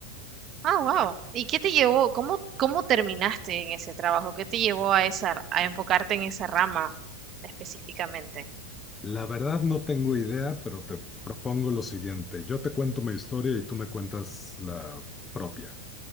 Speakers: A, on the right; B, on the left.
A: Ah, wow. ¿Y qué te llevó? ¿Cómo, cómo terminaste en ese trabajo? ¿Qué te llevó a esa, a enfocarte en esa rama específicamente?
B: La verdad no tengo idea, pero te propongo lo siguiente. Yo te cuento mi historia y tú me cuentas la propia,